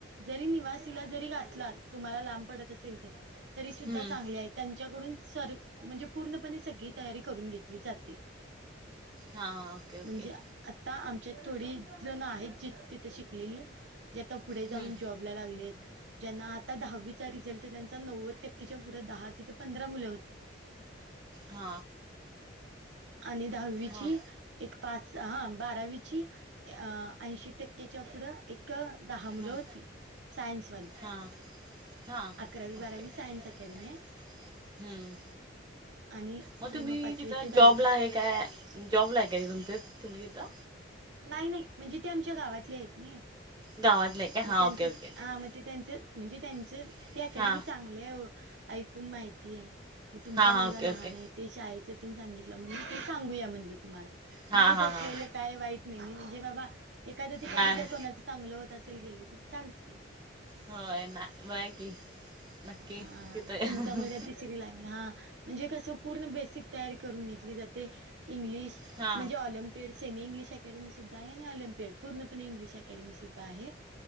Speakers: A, on the right (about 70°); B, on the right (about 20°).
A: जरी निवासीला जरी घातला, तुम्हाला लांब पडत असेल, तर तरी सुद्धा
B: हम्म
A: चांगले आहेत. त्यांच्याकडून सर म्हणजे, पूर्णपणे सगळी तयारी करून घेतली जाते.
B: हां ओके
A: म्हणजे
B: ओके.
A: आता आमच्यात थोडी जण आहेत जी, तिथे शिकलेली जे आता पुढे जाऊन
B: हम्म.
A: जॉब. त ज्यांना आता, दहावीचा रिझल्ट आहे त्यांचा नव्वद टक्केच्या पुढं दहा. तिथं पंधरा मुलं होती.
B: हा
A: आणि दहावीची,
B: हा.
A: एक पाच हा, बारावीची ऐंशी टक्केच्या पुढं एक. दहा मुलं
B: हम्म
A: होती, सायन्सवाली.
B: हा हा
A: अकरावी,
B: ओके.
A: बारावी सायन्स अकॅडमी आहे.
B: हम्म.
A: आणि
B: मग
A: ही
B: तुम्ही
A: पाचवी
B: तिथ
A: ते दहावी.
B: जॉबला आहे. काय जॉब ला आहे, काय तुम्ही तिथं.
A: नाही नाही म्हणजे ते, आमच्या गावातले आहेत नी.
B: गावातलं आहे काय हा
A: मग त्यांचे
B: ओके ओके
A: हा, मग ते त्यांच. म्हणजे, त्यांचे
B: हा
A: ती अकॅडमी
B: हा
A: चांगली आहे ऐकून माहिती आहे. मग तुमचा
B: हा
A: मुलगा
B: ओके
A: लहान
B: ओके
A: आहे ते, शाळेचे ते सांगितलं म्हणून ते सांगूया म्हणलं तुम्हाला.
B: हा
A: माहित
B: हा
A: असलेलं
B: हां..
A: काय वाईट नाही, नाही म्हणजे बाबा एखाद्या ठिकाणी
B: नाही
A: जर
B: ना.
A: कोणाचं चांगलं होत असेल गेले तर चालतय.
B: होय ना, बघा की. नक्की
A: हां..
B: तिथं हम्म.
A: तुमचा मुलगा ति तिसरीला हां.. म्हणजे कसं पूर्ण बेसिक तयारी करून घेतली जाते इंग्लिश.
B: हा
A: म्हणजे olympiad semi English academy सुद्धा आहे, आणि ऑलम्पेड पूणपणे इंग्लिश अकॅडमी सुद्धा आहे.